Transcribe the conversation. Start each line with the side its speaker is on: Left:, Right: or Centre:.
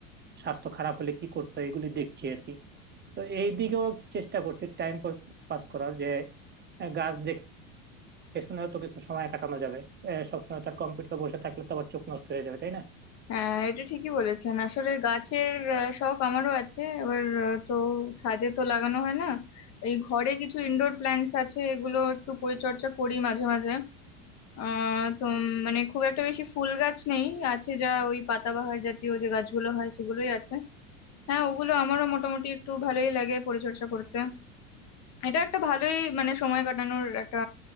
Right: স্বাস্থ্য খারাপ হলে কি করতে হয় এগুলি দেখছি আর কি তো এই দিকেও একটু চেষ্টা করছি টাইম পাস করার যে আহ, গাছ দেখে শুনেও তো কিছু সময় কাটানো যাবে আহ, সবসময় তার কম্পিউটার বসে থাকলে তো আবার চোখ নষ্ট হয়ে যাবে তাই না
Left: হ্যাঁ এটা ঠিকই বলেছেন আসলে গাছের আহ, শখ আমারও আছে এবার আহ, তো ছাদে তো লাগানো হয় না এই ঘরে কিছু ইনডোর প্ল্যান্টস আছে এগুলো একটু পরিচর্যা করি মাঝে মাঝে আহ তো উম, মানে খুব একটা বেশি ফুল গাছ নেই আছে যা ওই পাতাবাহার জাতীয় যে গাছগুলো হয় সেগুলোই আছে হ্যাঁ ওগুলো আমারও মোটামুটি একটু ভালোই লাগে পরিচর্যা করতে এটা একটা ভালোই মানে সময় কাটানোর একটা